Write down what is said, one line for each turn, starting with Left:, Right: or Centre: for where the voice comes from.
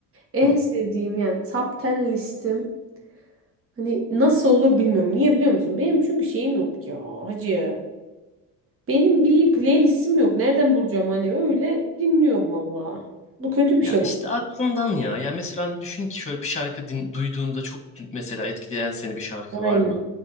Right: en
Left: Hı.
Right: sevdiğim yani top 10 listem hani nasıl olur bilmiyorum. Niye biliyor musun? Benim çünkü şeyim yok ya hacı. Benim bir playlistim yok. Nereden bulacağım hani öyle dinliyorum valla. Bu kötü bir
Left: Ya
Right: şey
Left: işte
Right: bu.
Left: aklından ya. Ya mesela hani düşün ki şöyle bir şarkı din- duyduğunda çok dü- mesela etkileyen seni bir şarkı
Right: Aynen.
Left: var mı?